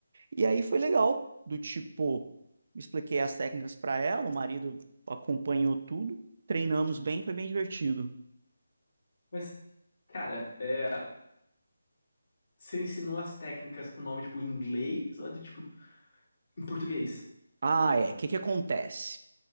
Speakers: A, on the right (about 50°); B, on the left (about 50°).
A: E aí foi legal, do tipo, expliquei as técnicas pra ela, o marido acompanhou tudo, treinamos bem, foi bem divertido.
B: Mas, cara, é, você ensinou as técnicas com nome, tipo, em inglês ou, tipo, em português?
A: Ah, é. O que que acontece?